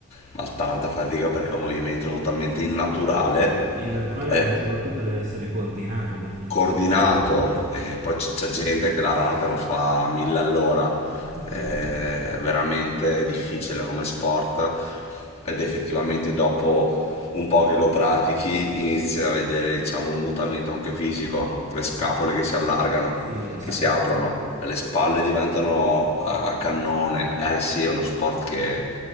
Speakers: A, on the left; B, on the right.
A: ma tanta fatica perché è un movimento totalmente innaturale.
B: Il naturale,
A: Eh,
B: ma soprattutto deve essere coordinato per funzionare.
A: coordinato e poi c- c'è gente che la ranata lo fa a mille all'ora
B: Esatto.
A: è veramente difficile come sport ed effettivamente dopo un po' che lo pratichi inizi a vedere diciamo un mutamento anche fisico le scapole che si allargano
B: Sì, esatto.
A: che si aprono le spalle diventano a a cannone eh sì è uno sport che